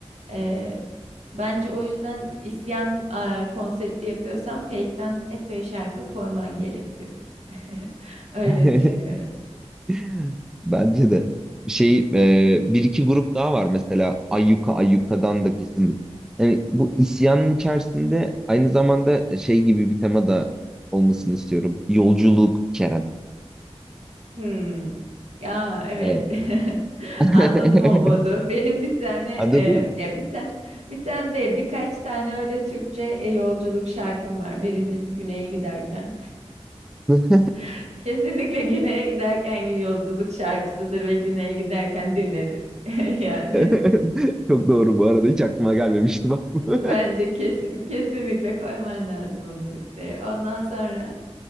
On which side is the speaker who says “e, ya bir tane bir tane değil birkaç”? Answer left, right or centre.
Right